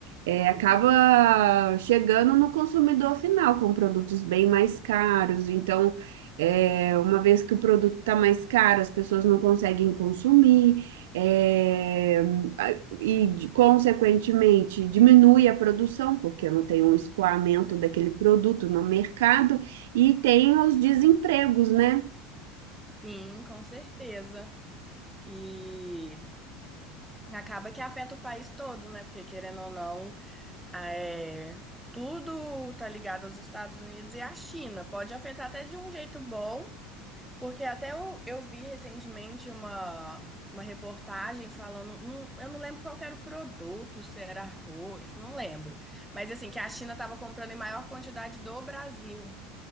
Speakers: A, on the right; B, in the centre.
A: é, acaba chegando no consumidor final com produtos bem mais caros. Então, é, uma vez que o produto está mais caro, as pessoas não conseguem consumir, é, a- e, de- consequentemente, diminui a produção, porque não tem um escoamento daquele produto no mercado. E tem os desempregos, né?
B: Sim, com certeza. E acaba que afeta o país todo, né? Porque querendo ou não. Ah, É, tudo tá ligado aos Estados Unidos e à China. Pode afetar até de um jeito bom, porque até eu, eu vi recentemente uma, uma reportagem falando, não- eu não lembro qual que era o produto, se era arroz, não lembro. Mas assim, que a China estava comprando em maior quantidade do Brasil